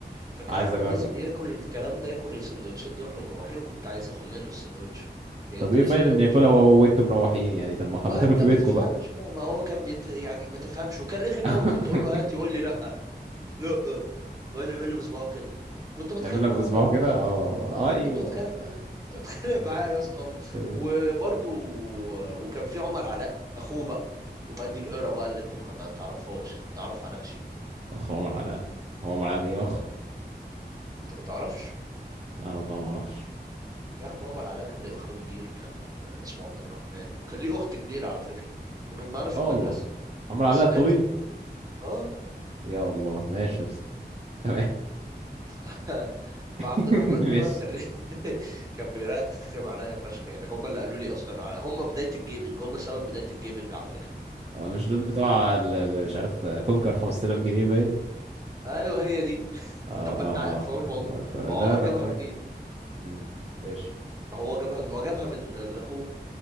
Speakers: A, on the right (about 20°); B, on the right (about 40°).
A: فكان
B: عايز
A: احمد
B: اجرب
A: لازم ياكل الكلام ده ياكل السندوتشات دي واحنا مروحين وكنت عايز اخد منه السندوتش يعني
B: طب
A: اديني
B: ايه فايدة
A: سندوتش
B: ان ياكلها وهو وانتم مروحين يعني طب ما خ-
A: ما
B: ما تاكل
A: انت
B: في
A: ما
B: بيتكم
A: تفهمش
B: بقى
A: بقى ما هو كان بيت... يعني ما تفهمش وكان رخم
B: <laughs>
A: قوي كنت اقول له هات يقول لي لا لا ويقعد يعمل لي بصباعه كده كنت بتخانق
B: يعمل لك
A: معاه
B: بصباعه
A: واضربه
B: كده اه
A: اه
B: ايوه
A: كنت بتخانق معاه كنت بتخانق
B: تمام
A: معاه يا اسطى
B: تمام
A: وبرده وكان في عمر علاء اخوه بقى وبقى دي القرا بقى اللي انت ما تعرفهاش اللي تعرف عنها شيء
B: اخ عمر علاء هو عمر علاء ايه
A: اه
B: اخ
A: انت ما تعرفش
B: لا والله ما اعرفش
A: يا عم عمر علاء كان ليه اخ كبير كان اسمه عبد الرحمن وكان ليه اخت كبيره على فكره وكانت معانا في
B: لا
A: المدرسه
B: والله عمر
A: بس
B: علاء
A: ماتت
B: الطويل
A: اه
B: يا الله ماشي يا اسطى تمام
A: <laughs> فعبد
B: <laughs>
A: الرحمن
B: ماشي
A: ده بقى كان <laughs> كان بيرخم عليا فشخ يعني هم اللي قالوا لي اصلا على هم بدايه الجيمنج هم سبب بدايه الجيمنج على فكره
B: آه، مش دول بتوع ال- ال- مش عارف آه، كونكر 5000 جنيه باين
A: ايوه هي دي <laughs>
B: اه
A: طب ما
B: اه
A: انت عارف
B: اه,
A: اهو الموضوع
B: آه. طب لا
A: هو عمر
B: لا
A: جابها
B: فاكر
A: منين
B: مم. ماشي
A: هو جابها من وجابها من من اخوه